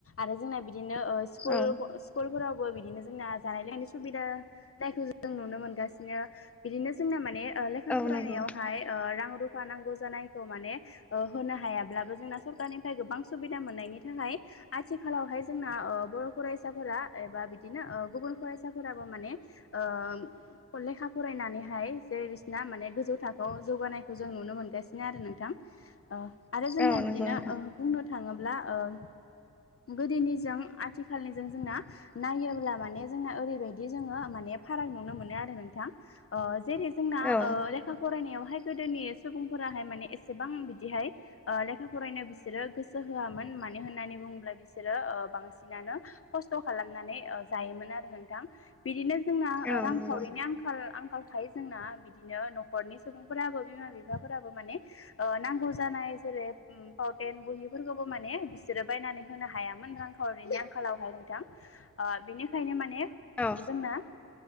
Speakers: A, on the left; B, in the centre.
A: आरो जोंना बिदिनो उह स्कुल
B: औ
A: स्कुलफोरावबो बिदिनो जोंना जानाय लोंनायनि सुबिदा जायखौ जों नुनो मोनगासिनो। बिदिनो जोंना माने ओ लेखा
B: औ
A: फरायनायावहाय
B: नंगौ
A: ओ रां रु फा नांगौ जानायखौ माने ओ होनो हायाब्लाबो जोंना सरखारनिफ्राय गोबां सुबिदा मोननायनि थाखाय आथिखालावहाय जोंना ओ बर' फरायसाफोरा एबा बिदिनो ओ गुबुन फरायसाफोराबो माने ओम लेखा फरायनानैहाय जे बिसिना मान गोजौ थाखोआव जौगानायखौ जों नुनो मोनगासिनो आरो नोंथां। ओ आरो जोंनिया
B: औ नंगौ
A: बिदिनो
B: नोंथां
A: ओ बुंनो थाङोब्ला ओम गोदोनिजों आथिखालनिजों जोंना नायोब्ला माने जोंना ओरैबायदि जोङो माने फाराग नुनो मोनो आरो नोंथां। ओ जेरै जोंना
B: औ
A: ओ लेखा फरायनायावहाय गोदोनि सुबुंफोराहाय माने एसेबां बिदिहाय ओ लेखा फरायनो बिसोरो गोसो होआमोन मानो होननानै बुङोब्ला बिसोरो ओ बांसिनानो खस्थ' खालामनानै जायोमोन आरो नोंथां बिदिनो जोंना
B: औ
A: रांखावरिनि
B: नंगौ
A: आंखाल आंखाल खाय जोंना बिदिनो न'खरनि सुबुंफोराबो बिमा बिफाफोराबो माने ओ नांगौ जानाय जेरै उम पावउटेन बहिफोरखौबो माने बिसोरो बायनानै होनो हायामोन रां खावरिनि आंखालावहाय नोंथां। ओ बिनिखायनो माने
B: औ
A: जोंना